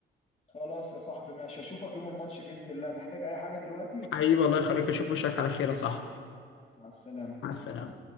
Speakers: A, on the left; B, on the left.
A: خلاص يا صاحبي ماشي اشوفك يوم الماتش باذن الله تحتاج اي حاجه دلوقتي
B: حبيبي الله يخليك اشوف وشك على خير يا صاحبي
A: مع السلامه
B: مع السلامة